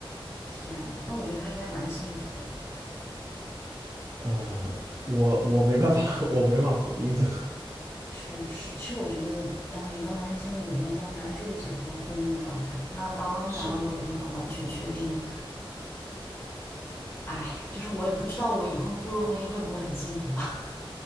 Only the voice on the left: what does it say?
天呐，那我觉得他应该蛮幸福的。
确实，其实我觉得，当一段关系陷入稳定的状态，那就是结婚婚姻的状态。那当然，
我也不能完全确定，哎，就是我也不知道我以后步入婚姻会不会很幸福吧。